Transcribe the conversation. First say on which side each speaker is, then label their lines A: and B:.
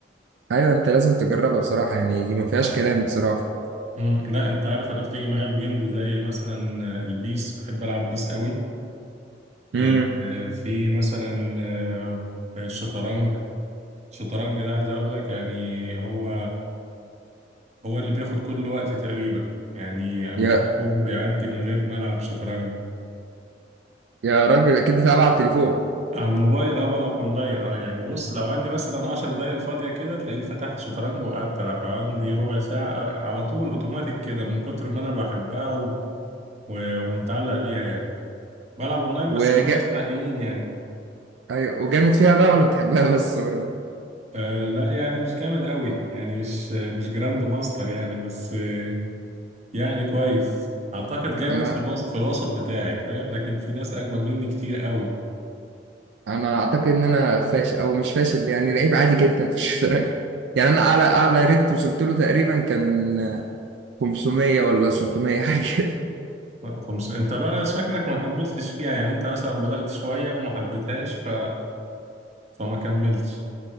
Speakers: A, on the right; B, on the right.
A: ايوه انت لازم تجربها بصراحه يعني دي ما فيهاش كلام بصراحه
B: مم. لا انت عارف انا بتيجي معايا بجيمز زي مثلا آه، البيس بحب العب بيس قوي
A: امم
B: آه، آه، في مثلا آه، آه، الشطرنج الشطرنج ده عايز اقول لك يعني هو هو اللي بياخد كل وقتي تقريبا يعني مفيش
A: يا
B: يوم بيعدي من غير ما العب شطرنج
A: يا راجل اكيد بتلعب على التليفون
B: على الموبايل او بلعب اونلاين اه يعني بص لو عندي مثلا عشر دقايق فاضية كده تلاقيني فتحت شطرنج وقعدت العب لو عندي ربع ساعة آه، على طول اوتوماتيك كده من كتر ما انا بحبها و... و... ومتعلق بيها يعني بلعب اونلاين
A: وجا
B: بس مع ناس حقيقيين يعني
A: ايوه وجامد فيها بقى ولا بتحبها <laughs> بس برضه
B: آه لا يعني مش جامد قوي يعني مش مش جراند ماستر يعني بس آه يعني كويس اعتقد جامد
A: انا
B: في الوسط في الوسط بتاعي فاهم لكن في ناس اجمل مني كتير قوي
A: انا اعتقد ان انا فاشل او مش فاشل يعني لعيب عادي جدا في الشطرنج يعني انا اعلى اعلى ريت وصلت له تقريبا كان 500 ولا 600 حاجه كده
B: لا خمسة انت بقى شكلك ما كملتش فيها يعني انت مثلا بدأت شوية وما حبيتهاش ف... فما كملتش